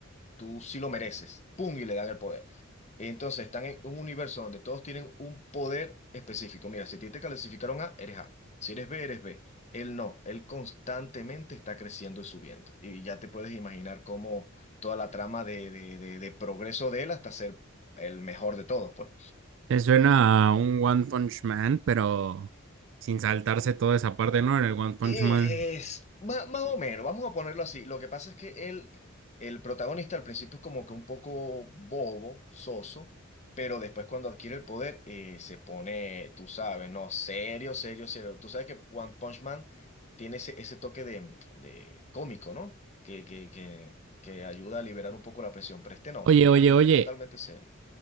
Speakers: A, on the left (about 35°); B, on the right (about 65°).
A: tú sí lo mereces, ¡pum! y le dan el poder. Entonces están en un universo donde todos tienen un poder específico. Mira, si a ti te clasificaron A, eres A. Si eres B, eres B. Él no, él constantemente está creciendo y subiendo. Y ya te puedes imaginar cómo toda la trama de, de, de, de progreso de él hasta ser el mejor de todos, pues.
B: Se suena a un One Punch Man, pero sin saltarse toda esa parte, ¿no? En el One Punch
A: Eh,
B: Man.
A: Es ma- más, o menos, vamos a ponerlo así. Lo que pasa es que él, el protagonista al principio es como que un poco bobo, soso, pero después cuando adquiere el poder eh, se pone, tú sabes, no, serio, serio, serio. Tú sabes que One Punch Man tiene ese, ese toque de, de cómico, ¿no? Que, que, que, que ayuda a liberar un poco la presión, pero este no,
B: Oye, oye,
A: este
B: oye,
A: es totalmente serio.